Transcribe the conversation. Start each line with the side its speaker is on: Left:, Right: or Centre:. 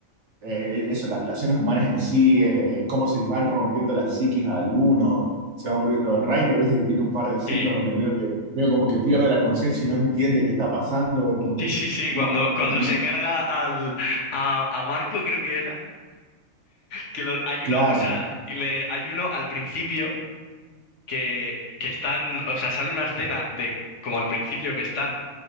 Right: Eh, eso, las relaciones humanas en sí, eh, cómo se les van rompiendo las psiquis a algunos, se van volviendo Reiner, viste que tiene un par de ciclos
Left: Sí,
Right: donde medio que, medio como que pierde la conciencia y no entiende qué está pasando, es
Left: <laughs>
Right: como que
Left: sí, sí, sí,
Right: no,
Left: cuando,
Right: no, no
Left: cuando
Right: termina,
Left: se carga al, a, a Marco, creo que era, que lo- hay
Right: claro.
Left: uno, o sea, le, hay uno al principio que, que están, o sea, sale una escena de como al principio que están